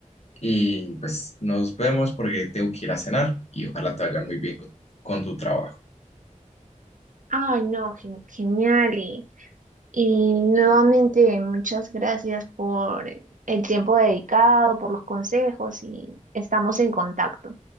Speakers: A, on the left; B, on the right.
A: Y pues nos vemos porque tengo que ir a cenar y ojalá te vaya muy bien con con tu trabajo.
B: Ay, no, gen- genial. Y, y nuevamente, muchas gracias por el tiempo dedicado, por los consejos y estamos en contacto.